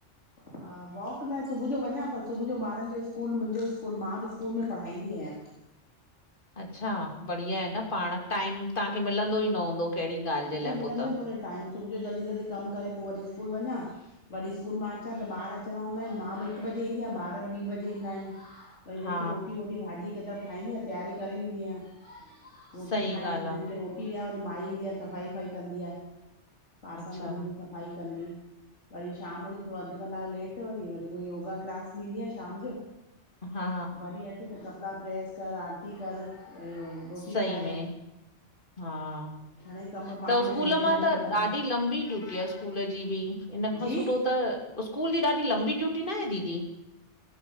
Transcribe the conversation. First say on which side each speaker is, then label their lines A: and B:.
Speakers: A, on the left; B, on the left.
A: हा, वॉक लाइ सुभू जो वञा, पर सुभू जो ॿारन जो स्कूल, मुंजो स्कूल मां बि स्कूल में पढ़ाईंदी आयां।
B: अच्छा, बढ़िया आहे न, पाण टाइम तहांखे मिलंदो ई न हूंदो कहिड़ी ॻाल्हि जे
A: मूंखे
B: लाइ
A: मिलंदो
B: पोइ त
A: ई कोन्हे टाइम, सुभू जो जल्दी जल्दी कम करे पो वरी स्कूल वञा वरी स्कूल मां अचां, त ॿार अचणा हूंदा एन, मां बि हिक बजे ईंदी आयां, ॿार बि ॿी बजे ईंदा एन। पो हिनन
B: हा
A: खे रोटी वोटी भाॼी हिक तरफ़ ठाईंदी आयां तैयारी करे वेंदी आयां। रोटी
B: सही
A: ठायां,
B: ॻाल्हि
A: हिनन
B: आहे
A: खे रोटी ॾयां वरी माई ईंदी आ सफ़ाई वफ़ाई कंदी आ। बासण
B: अच्छा
A: मलंदी सफ़ाई कंदी। वरी शाम जो थोरो अध कलाक लेट, वरी वरी उओई योगा क्लास वेंदी आयां शाम जो।
B: हा
A: वरी अच त कपड़ा प्रेस कर, आरती कर रोटी
B: सही
A: ठाहे
B: में, हा
A: घणेई कम पाण
B: त उस्कूल
A: में सिंधियुनि
B: मां
A: में
B: त
A: थी था वञनि।
B: ॾाढ़ी लंबी ड्यूटी आ स्कूल जी बि, इन खां
A: जी
B: सुठो त उस्कूल जी ॾाढी लंबी ड्यूटी नाहें दीदी?